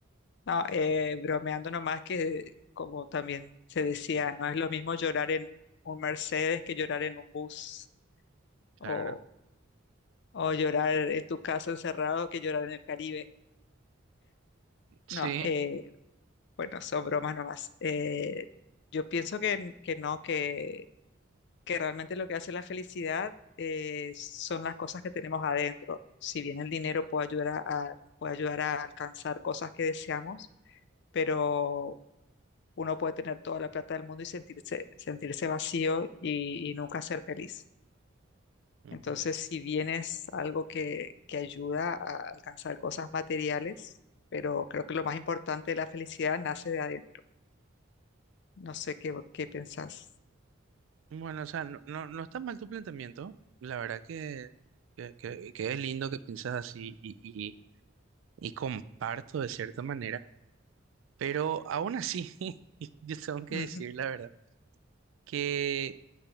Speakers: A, on the left (about 60°); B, on the right (about 70°).
A: No, eh, bromeando nomás que, como también se decía, no es lo mismo llorar en un Mercedes que llorar en un bus
B: Claro.
A: o, o llorar en tu casa encerrado que llorar en el Caribe.
B: Sí.
A: No, eh, bueno, son bromas nomás. Eh, yo pienso que, que no, que que realmente lo que hace la felicidad eh, son las cosas que tenemos adentro. Si bien el dinero puede ayudar a, a- puede ayudar a alcanzar cosas que deseamos, pero uno puede tener toda la plata del mundo y sentirse, sentirse vacío y, y nunca ser feliz.
B: Ujú.
A: Entonces, si bien es algo que, que ayuda a alcanzar cosas materiales, pero creo que lo más importante de la felicidad nace de adentro. No sé qué, qué pensás.
B: Bueno, o sea, no, no, no está mal tu planteamiento. La verdad que, que, que- que es lindo que piensas así y, y, y comparto de cierta manera. Pero aún así, <laughs> yo tengo que
A: Mm,
B: decir
A: mm.
B: la verdad, que